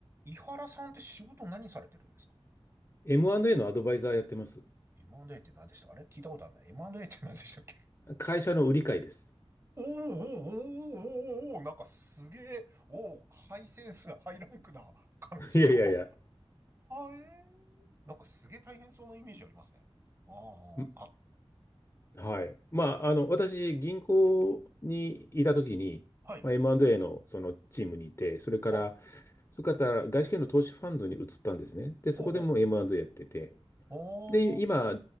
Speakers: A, on the right; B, on the left.
A: 井原さんって仕事何されてるんですか
B: M&A のアドバイザーやってます。
A: ?M&A って何でしたあれ聞いたことあるな。M&A って何でしたっけ
B: 会社の売り買いです。
A: おーおーおーおーおーおーなんかすげえ、おー、ハイセンスな、ハイランクな感じの。
B: <laughs> いやいやいや。
A: <laughs> はーえー。なんかすげえ大変そうなイメージありますね。ああ、
B: ん
A: か、
B: はい。まあ、あの、私、銀行にいたときに、
A: はい。
B: まあ、M&A のそのチームにいて、それから、
A: あ、ほ
B: それから外資系の投資ファンドに移ったんですね。で、そこでも
A: うほうほう。
B: M&A やってて、
A: お
B: で、今、